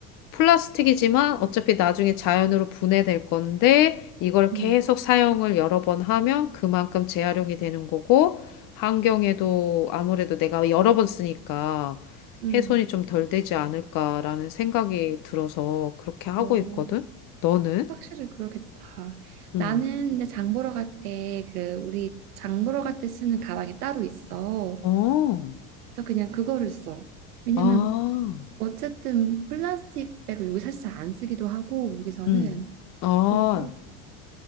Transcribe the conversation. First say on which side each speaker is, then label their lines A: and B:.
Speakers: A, on the left; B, on the right.
A: 플라스틱이지만 어차피 나중에 자연으로 분해될 건데 이걸
B: 음,
A: 계속 사용을 여러 번 하면 그만큼 재활용이 되는 거고 환경에도 아무래도 내가 여러 번 쓰니까
B: 음.
A: 훼손이 좀 덜 되지 않을까라는 생각이 들어서 그렇게 하고
B: 어,
A: 있거든. 너는?
B: 확실히 그러겠다.
A: 응.
B: 나는 근데 장 보러 갈 때 그 우리 장 보러 갈 때 쓰는 가방이 따로 있어.
A: 어.
B: 그래서 그냥 그거를 써. 왜냐면
A: 아.
B: 어쨌든 플라스틱 백을 여기 사실 잘 안 쓰기도 하고 여기서는
A: 응. 아.
B: 그리고